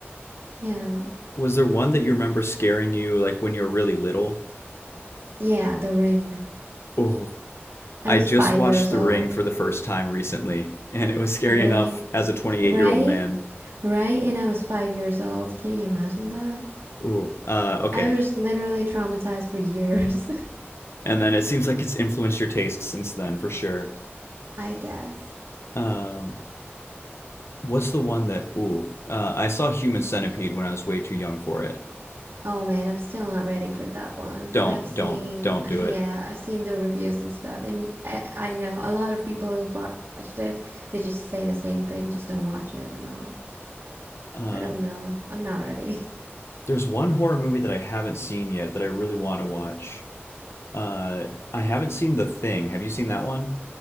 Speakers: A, on the right; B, on the left.
A: yeah.
B: was there one that you remember scaring you like when you were really little?
A: Yeah, The Ring.
B: Oh, I
A: I was
B: just
A: five
B: watched
A: years
B: The
A: old.
B: Ring for the first time recently, and it was scary
A: Really?
B: enough as a 28
A: Right?
B: year old man.
A: Right? And I was five years old. Can you imagine that?
B: Ooh, uh, okay.
A: I was literally traumatized for years, <laughs>
B: And then it seems like it's influenced your taste since then, for sure.
A: I guess.
B: Um, what's the one that? Ooh, uh, I saw Human Centipede when I was way too young for it.
A: Oh man, I'm still not ready for that one.
B: Don't,
A: I've seen,
B: don't, don't
A: <laughs>
B: do
A: yeah,
B: it.
A: I've seen the reviews and stuff. And I, I know a lot of people who've watched it, they just say the same thing, just don't watch it and all.
B: Um,
A: I don't know. I'm not ready. <laughs>
B: there's one horror movie that I haven't seen yet that I really want to watch. Uh, I haven't seen The Thing. Have you seen that one?